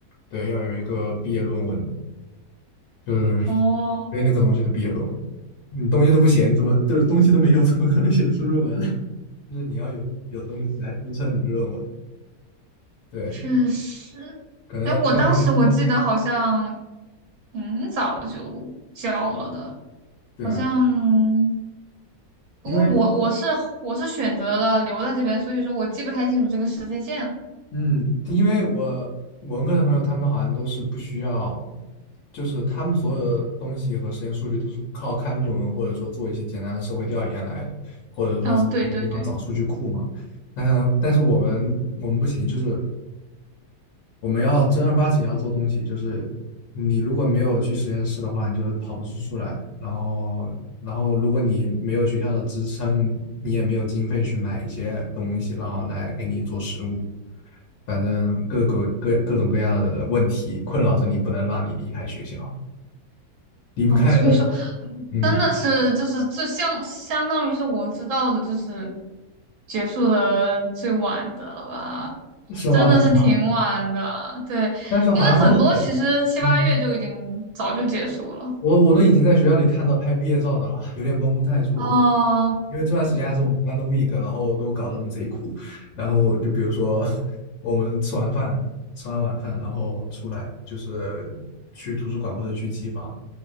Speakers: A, on the left; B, on the right.
A: 对，要有一个毕业论文，就是
B: 哦，
A: 对那个东西的毕业论文，你东西都不写，你怎么就是东西都没有，怎么可能写得出论文来？<laughs> 就是你要有有东西来支撑你的论文，对，
B: 确实。
A: 可能可能，
B: 哎，我当时我记得好像
A: 嗯
B: 挺早就交了的，
A: 对啊，
B: 好像
A: 对啊
B: 不过我我是我是选择了留在这边，
A: 因为
B: 所以说我记不太清楚这个时间线。
A: 嗯，因为我文科的朋友，他们好像都是不需要，就是他们所有的东西和实验数据都是靠看论文，或者说做一些简单的社会调研来的，或者说在地方找数据库嘛。
B: 哦，对对对，
A: 但但是我们我们不行，就是我们要正儿八经要做东西，就是你如果没有去实验室的话，你就跑不出出来。然后，然后如果你没有学校的支撑，你也没有经费去买一些东西，然后来给你做实物。反正各个各各种各样的问题困扰着你，不能让你离开学校，离不开的。
B: 哦，所以说。
A: 嗯，
B: 真的是就是这相相当于是我知道的，就是结束了最晚的了吧，
A: 是吗？
B: 真的是挺晚的。
A: 是吗？
B: 对，
A: 但是好像都是这样。
B: 因为很多其实七八月就已经早就结束了。
A: 嗯。我我都已经在学校里看到拍毕业照的了，有点绷不太住，
B: 哦，
A: 因为这段时间还是我们班的 week，然后都搞得我们贼苦。然后就比如说，<laughs> 我们吃完饭，吃完晚饭，然后出来就是去图书馆或者去机房，